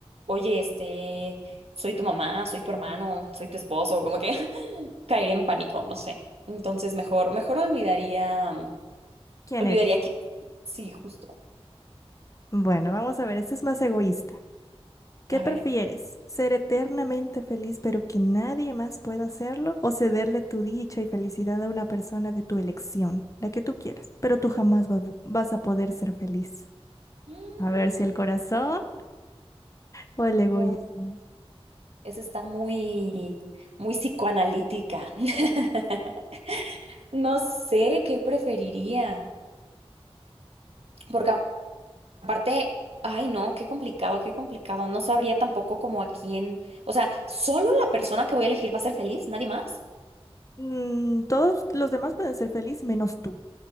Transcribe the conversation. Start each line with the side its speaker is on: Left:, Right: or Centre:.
Right: oye, este, soy tu mamá, soy tu hermano, soy tu esposo, como que <laughs> caería en pánico, no sé. Entonces, mejor, mejor olvidaría, mm,
Left: quién
Right: olvidaría
Left: eres.
Right: quién soy. Sí, justo.
Left: Bueno, vamos a ver, este es más egoísta. ¿Qué
Right: A
Left: prefieres?
Right: ver.
Left: ¿Ser eternamente feliz pero que nadie más pueda hacerlo? ¿O cederle tu dicha y felicidad a una persona de tu elección, la que tú quieras? Pero tú jamás va- vas a poder ser feliz.
Right: Mm,
Left: A ver si el corazón o el egoísmo.
Right: No, esa está muy, muy psicoanalítica. <laughs> No sé qué preferiría, porque a- aparte, ay no, qué complicado, qué complicado. No sabría tampoco como a quién, o sea, solo la persona que voy a elegir va a ser feliz, nadie más.
Left: Mm, todos los demás pueden ser feliz menos tú,